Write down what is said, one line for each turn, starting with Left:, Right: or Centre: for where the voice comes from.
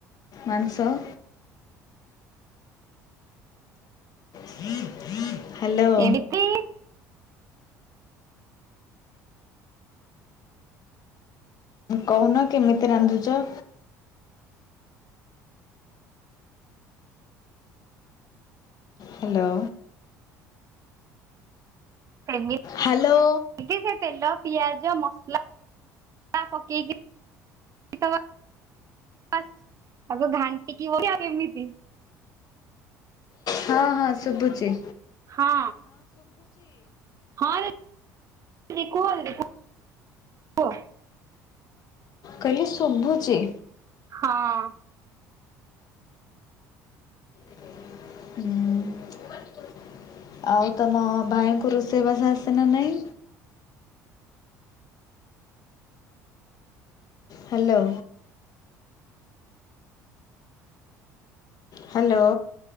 Left: ମାଂସ। ହ ହୁଁ। ହ୍ୟାଲୋ।
Right: ଏମିତି
Left: କହୁନ କେମିତି ରାନ୍ଧୁଛ। ହ୍ୟାଲୋ।
Right: <inaudible>
Left: ହ୍ୟାଲୋ।
Right: ଟିକେ ସେ ତେଲ ପିଆଜ ମସ ଲା ପକେଇକି <inaudible> <unintelligible> ଘାଣ୍ଟିକି <inaudible> କେମିତି।
Left: ହଁ ହଁ ଶୁଭୁଛି।
Right: ହଁ ହଁ ରେ <unintelligible> <unintelligible>
Left: କହିଲି ଶୁଭୁଚି।
Right: ହଁ।
Left: ହୁଁ। ଆଉ ତମ ଭାଇଙ୍କୁ ରୋଷେଇବାସ ଆସେନା ନାଇଁ? ହ୍ୟାଲୋ। ହ୍ୟାଲୋ।